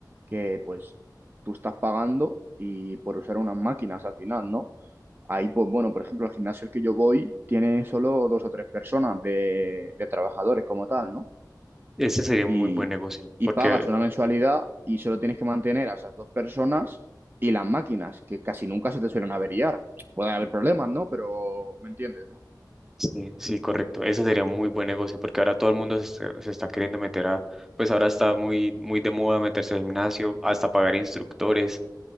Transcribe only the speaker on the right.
que, pues, tú estás pagando y por usar unas máquinas al final, ¿no? Ahí, pues, bueno, por ejemplo, el gimnasio al que yo voy tiene solo dos o tres personas de, de trabajadores como tal, ¿no?
Y,
y
pagas una mensualidad y solo tienes que mantener a esas dos personas y las máquinas, que casi nunca se te suelen averiar. Puede haber problemas, ¿no? Pero, ¿me entiendes, no?
Exacto.